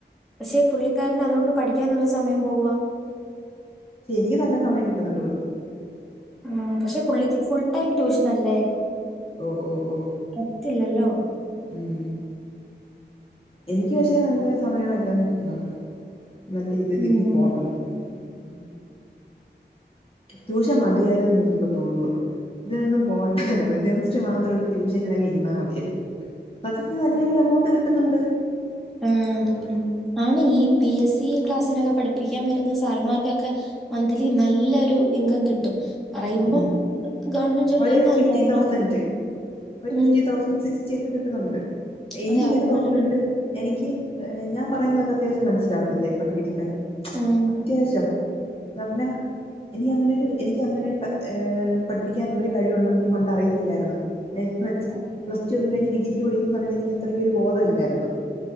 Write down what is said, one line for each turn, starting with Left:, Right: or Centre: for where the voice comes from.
Centre: പക്ഷെ പുള്ളിക്കാരന് അതുകൊണ്ട് പഠിക്കാനുള്ള സമയം പോവുവ
Left: പക്ഷെ എനിക്ക് നല്ല സമയം കിട്ടുന്നുണ്ട് പഠിക്കാൻ
Centre: ഉം പക്ഷെ പുള്ളിക്ക് ഫുൾ ടൈം ട്യൂഷനല്ലേ
Left: ഓ ഓ ഓ
Centre: പറ്റില്ലല്ലോ
Left: ഉം എനിക്ക് പക്ഷെ നല്ല സമയം എല്ലാം കിട്ടുന്നുണ്ട് നല്ല ഇത്
Centre: ഉം
Left: ഇതി <unintelligible> ഉം ട്യൂഷൻ മതിയായിരുന്നൂന്ന് എനിക്കിപ്പോ തോന്നുന്നു ഇതിനൊന്നും പോകണ്ടായിരുന്നു കെമിസ്ട്രി മാത്രമെടുത്തു ട്യൂഷനിൽ അങ്ങിരുന്നാൽ മതിയായിരുന്നു സത്യത്തിൽ നല്ലൊരു എമൗണ്ട് കിട്ടുന്നുണ്ട്
Centre: ആഹ്
Left: ഉം
Centre: ആണ് ഈ പി എസ് സി ക്ലാസ്സിനൊക്കെ പഠിപ്പിക്കാൻ വരുന്ന സാറ്മാർക്കൊക്കെ മന്ത്ലി നല്ലൊരു ഇൻകം കിട്ടും പറയുമ്പം
Left: ആഹ്
Centre: ഗവൺമെന്റ് ജോലിയൊന്നും
Left: ഒരു
Centre: അല്ല
Left: ഫിഫ്റ്റി
Centre: എന്നാ
Left: തൗസൻറ്
Centre: പോലും
Left: ഒരു
Centre: ഉം
Left: ഫിഫ്റ്റി തൗസൻറ് സിക്സ് ച്ചൊക്കെ കിട്ടുന്നുണ്ട് എനിക്കിങ്ങനെ
Centre: അതെ അവർക്ക്
Left: തോന്നിയിട്ടുണ്ട്
Centre: നല്ലപോലെ
Left: എനിക്ക് ഞാൻ പറയുന്നതൊക്കെ അത്യാവശ്യം മനസ്സിലാവത്തില്ലേ പഠിപ്പിക്കുന്നെ
Centre: ഉം
Left: അത്യാവശ്യം പറഞ്ഞാ എനിക്കങ്ങനെയൊരു എനിക്കങ്ങനെയൊരു പഠിപ്പിക്കാനുള്ളൊരു കഴിവുണ്ടെന്ന് എനിക്ക് പണ്ട് അറിയത്തില്ലായിരുന്നു എന്നു വെച്ചാൽ പ്ലസ്ടു ഒക്കെ കഴിഞ്ഞ് ഡിഗ്രിക്ക് പഠിക്കുന്ന സമയത്ത് എനിക്ക് അത്രക്കൊരു ബോധമില്ലായിരുന്നു